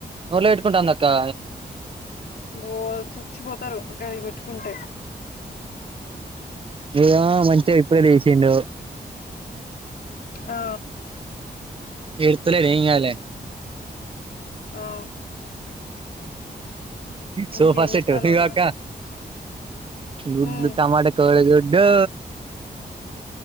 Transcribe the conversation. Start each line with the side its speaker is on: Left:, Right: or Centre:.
Right: నోట్లో పెట్టుకుంటంది అక్కా
Left: ఓ సచ్చిపోతారు గయ్యి బెట్టుకుంటే
Right: ఇగ మంచిగా ఇప్పుడే లేసిండు
Left: ఆ
Right: ఎడ్తలేడు ఏం గాదులే
Left: ఆ
Right: సోఫా
Left: ఇంకేం
Right: సెట్
Left: చెత్తన్నావురా
Right: ఇగో అక్క గుడ్లు
Left: ఉమ్
Right: టమాట కోడి గుడ్డు